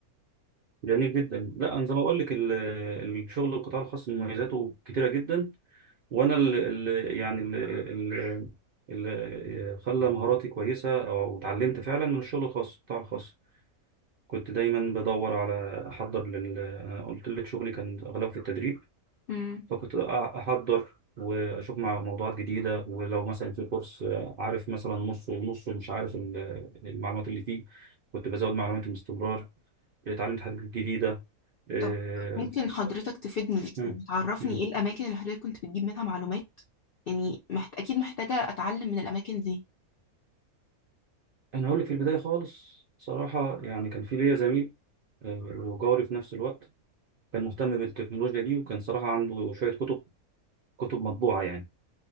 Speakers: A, on the right (about 60°); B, on the left (about 65°).
A: جميل جدا لا انا زي ما اقول لك ال- الشغل القطاع الخاص مميزاته كتيره جدا وانا ال ال يعني ال ال اللي خلى مهاراتي كويسه او اتعلمت فعلا من الشغل الخاص القطاع الخاص كنت دايما بدور على احضر لل انا قلت لك شغلي كان اغلبه في التدريب
B: دولي
A: فكنت أ- أحضر وأشوف مع موضوعات جديدة ولو مثلا في كورس آه، عارف مثلا نصه ونصه مش عارف ال- المعلومات اللي فيه كنت بزود معلوماتي باستمرار اتعلمت حاجات جديدة آه،
B: طب ممكن
A: ف-
B: حضرتك تفيدني
A: مم.
B: وتعرفني
A: مم.
B: ايه الاماكن اللي حضرتك كنت بتجيب منها معلومات يعني محت... اكيد محتاجة اتعلم من الاماكن دي
A: أنا أقول لك في البداية خالص صراحة يعني كان في ليا زميل آه، وجاري في نفس الوقت كان مهتم بالتكنولوجيا دي وكان صراحة عنده شوية كتب كتب مطبوعة يعني